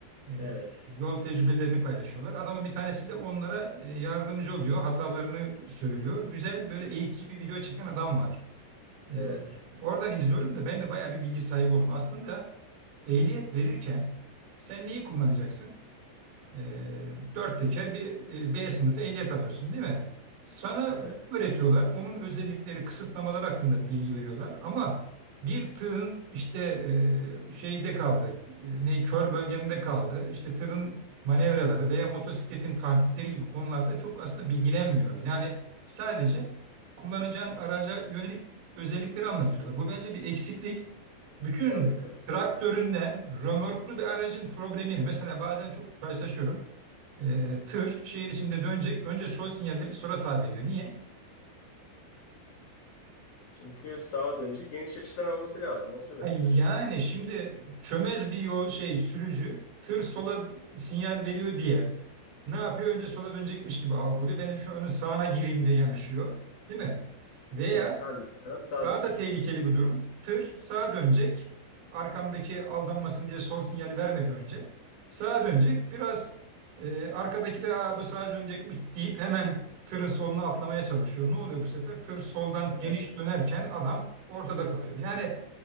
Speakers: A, on the right (about 75°); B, on the left (about 80°).
A: E,
B: Evet.
A: yol tecrübelerini paylaşıyorlar. Adamın bir tanesi de onlara e, yardımcı oluyor. Hatalarını söylüyor. Güzel böyle eğitici bir video çeken adam var. E,
B: Evet.
A: oradan izliyorum da ben de bayağı bir bilgi sahibi oldum. Aslında ehliyet verirken sen neyi kullanacaksın? E, dört teker bir e, B sınıfı ehliyet alıyorsun değil mi? Sana
B: Evet.
A: Evet. bunu öğretiyorlar. Onun özellikleri, kısıtlamaları hakkında bilgi veriyorlar. Ama bir tığın işte e, şeyde kaldı, e, ne kör bölgemde kaldı, işte tırın manevraları veya motosikletin tahtikleri gibi konularda çok aslında bilgilenmiyoruz. Yani sadece kullanacağın araca yönelik özellikleri anlatıyorlar. Bu bence bir eksiklik. Bütün
B: Tabii katılıyorum.
A: traktöründen römorklu bir aracın problemini mesela bazen çok karşılaşıyorum. Ee, tır şehir içinde dönecek. Önce sol sinyal verip sonra sağ veriyor. Niye?
B: Çünkü sağa dönecek. Geniş açıdan alması lazım. O sebepledir.
A: Ay Yani şimdi çömez bir yol şey sürücü tır sola sinyal veriyor diye ne yapıyor? Önce sola dönecekmiş gibi algılıyor. Ben şu önün sağına gireyim diye yanaşıyor. Değil mi? Veya
B: Evet, halbuki adam sağ
A: Daha
B: dönecek.
A: da tehlikeli bir durum. Tır sağa dönecek. Arkamdaki aldanmasın diye sol sinyali vermedi önce. Sağa dönecek. Biraz e, arkadaki de Aa, bu sağa dönecekmiş deyip hemen tırın soluna atlamaya çalışıyor. Ne oluyor bu sefer? Tır soldan
B: Evet,
A: geniş dönerken adam ortada kalıyor. Yani